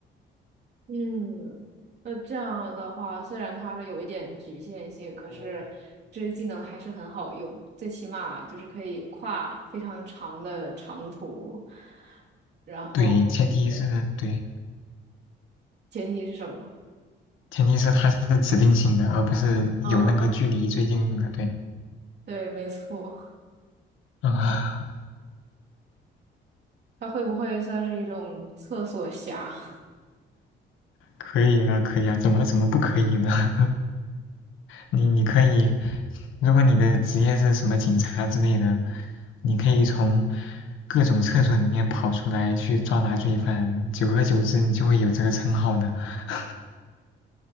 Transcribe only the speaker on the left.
对，前提是对，
前提是它是指定性的，而不是有那个距离最近的。
对，
啊，
可以啊，可以啊，怎么怎么不可以呢？<laughs> 你你可以，如果你的职业是什么警察之类的，你可以从各种厕所里面跑出来去抓拿罪犯，久而久之你就会有这个称号的。<laughs>